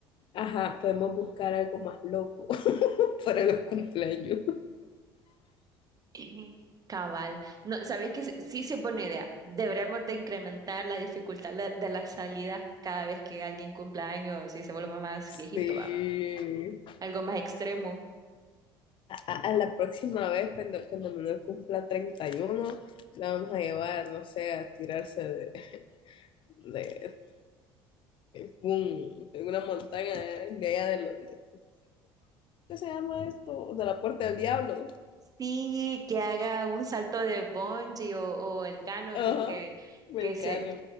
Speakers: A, on the left; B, on the right.
A: ajá, podemos buscar algo más loco <laughs> para los cumpleaños.
B: Ujú. Cabal. No, ¿sabes qué? Sí, sí sí es buena idea. Deberíamos de incrementar la dificultad la- de las salidas cada vez que alguien cumpla años y se vuelva más
A: Sí.
B: viejito, ¿va? Algo más extremo.
A: A, a la próxima vez, cuando, cuando Manuel cumpla treinta y uno la vamos a llevar, no sé, a tirarse de, de, de, un de una montaña de, de allá de Londres de- ¿Qué se llama esto? De la Puerta del Diablo.
B: Sí, que haga un salto de bungee o, o el canopy
A: Ajá,
B: que,
A: Mercano.
B: que se,